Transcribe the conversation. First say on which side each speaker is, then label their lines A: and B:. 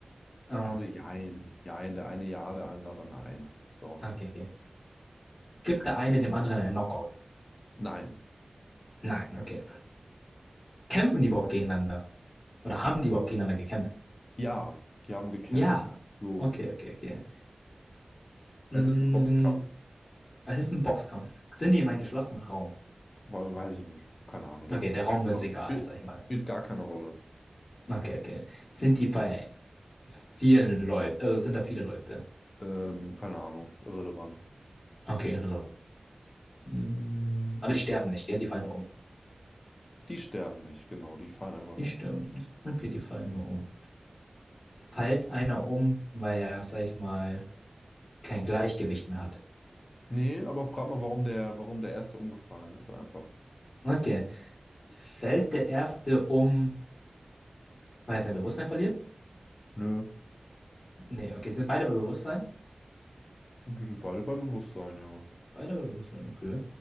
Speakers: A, on the left (about 80°); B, on the left (about 65°).
A: Äh,
B: Also jein. Jein, der eine ja, der andere nein. So.
A: okay, okay. Gibt der eine dem anderen einen Knockout?
B: Nein.
A: Nein, okay. Kämpfen die überhaupt gegeneinander? Oder haben die überhaupt gegeneinander gekämpft?
B: Ja, die haben gekämpft.
A: Ja.
B: So.
A: Okay, okay, okay. Mm,
B: Es ist ein Boxkampf.
A: es ist ein Boxkampf. Sind die in einem geschlossenen Raum?
B: weil Weiß ich nicht. Keine Ahnung. Das
A: Okay, der Raum
B: spielt,
A: ist
B: auch,
A: egal,
B: spielt,
A: sag ich mal.
B: spielt gar keine Rolle.
A: Okay, okay. Sind die bei vielen Leuten, also sind da viele Leute?
B: Ähm, keine Ahnung. Irrelevant.
A: Okay, irrelevant. Mm, Aber die sterben nicht, gell? Die fallen nur um.
B: Die sterben nicht, genau. Die fallen einfach nur
A: Die sterben
B: um.
A: nicht. Okay, die fallen nur um. Fällt einer um, weil er, sag ich mal, kein Gleichgewicht mehr hat?
B: Nee, aber frag mal, warum der, warum der erste umgefallen ist. Einfach.
A: Okay. Fällt der erste um, weil er sein Bewusstsein verliert?
B: Nö.
A: Nee, okay, sind beide bei Bewusstsein?
B: Die sind beide bei Bewusstsein, ja.
A: Beide bei Bewusstsein, okay.